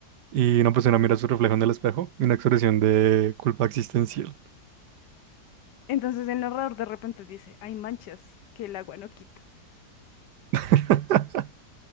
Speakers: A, on the right (about 80°); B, on the left (about 85°).
A: Y una persona mira su reflejo en el espejo, una expresión de culpa existencial.
B: Entonces el narrador de repente dice, hay manchas que el agua no quita.
A: <laughs>